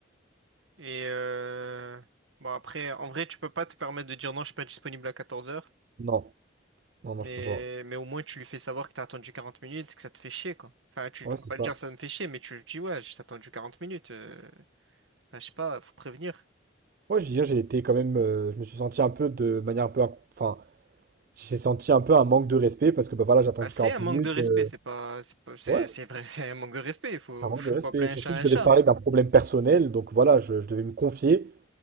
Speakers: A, on the right; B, on the right.
A: Et euh, bon, après, en vrai, tu peux pas te permettre de dire non, je suis pas disponible à quatorze heures
B: Non, non, non,
A: Mais,
B: je peux pas.
A: mais au moins, tu lui fais savoir que t'as attendu 40 minutes, que ça te fait chier, quoi. Enfin, tu,
B: Ouais,
A: tu peux
B: c'est
A: pas
B: ça.
A: lui dire ça me fait chier, mais tu lui dis, ouais, j'ai attendu 40 minutes. euh, Bah, je sais pas, faut prévenir.
B: Ouais, je veux dire, j'ai été quand même. euh, je me suis senti un peu de manière un peu. inc- Enfin, J'ai senti un peu un manque de respect parce que bah voilà, j'ai attendu
A: Bah, c'est
B: 40
A: un manque
B: minutes.
A: de respect,
B: euh,
A: c'est pas, c'est pas- c'est,
B: ouais,
A: c'est vrai, <laughs> c'est un manque de respect. il Faut,
B: c'est un manque
A: <laughs> faut
B: de respect.
A: appeler
B: Surtout
A: un chat
B: que
A: un
B: je devais
A: chat.
B: te parler d'un problème personnel, donc voilà, je, je devais me confier